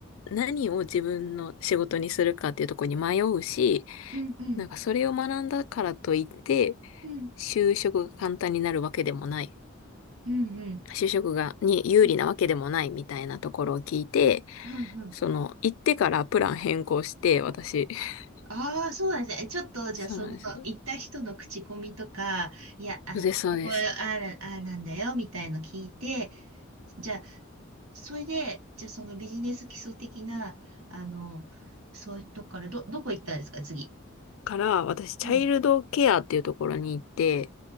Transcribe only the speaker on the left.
何を自分の仕事にするかっていうところに迷うし、
なんかそれを学んだからといって、
就職が簡単になるわけでもない。
就職が、に有利なわけでもないみたいなところを聞いて、
その、行ってからプラン変更して、私。<laughs>
そうなんです。
そ
うです、
そうです。
から、私、チャイルドケアっていうところに行って、